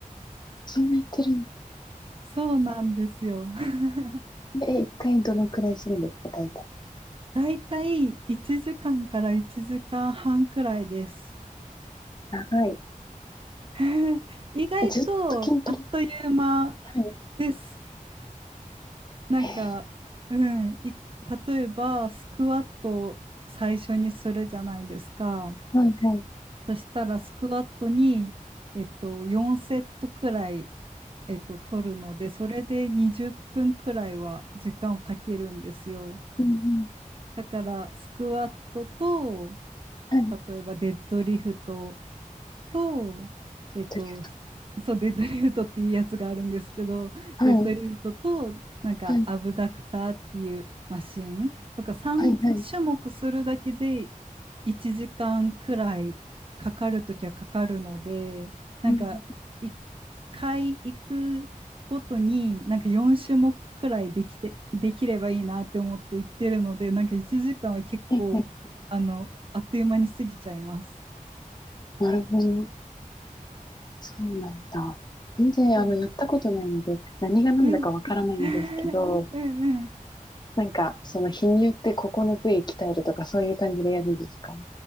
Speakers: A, on the left; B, on the right.
A: そんなやってるん
B: そうなんですよ。<laughs>
A: で、1回どのくらいするんですか大体。
B: だいたい1時間かんから1時間半くらいです。
A: 長い。
B: <laughs> 意外とあっという間
A: えずっと筋トレ。はい。
B: です。なんか、
A: へえ
B: うん、い例えばスクワットを最初にするじゃないですか。
A: ー。はいはい。
B: そしたらスクワットに、えっと、4セットくらい、えっと、取るので、それで20分くらいは時間をかけるんですよ。
A: うんうん。
B: だから、スクワットと、
A: はい。
B: 例えばデッドリフトと、えっと、
A: ドリフト。
B: ひそう、デッドリフトっていうやつがあるんですけど、
A: はい。
B: デッドリフトと、なんか、
A: はい。
B: アブダクターっていうマシンとか、3種目するだけで
A: はいはい。
B: 1時間くらいかかるときはかかるので、なんか、
A: うん。
B: 1回行くごとに、なんか4種目くらいできて、できればいいなって思って行ってるので、なんか1時間は結構、
A: えーえー。
B: あの、あっという間に過ぎちゃいます。
A: なるほど。そうなんだ。全然、
B: そう
A: あの、やったことないので、何が何だかわからないんですけど、
B: うん。<laughs> うんうん。
A: なんか、その日によってここの部位鍛えるとか、そういう感じでやるんですかは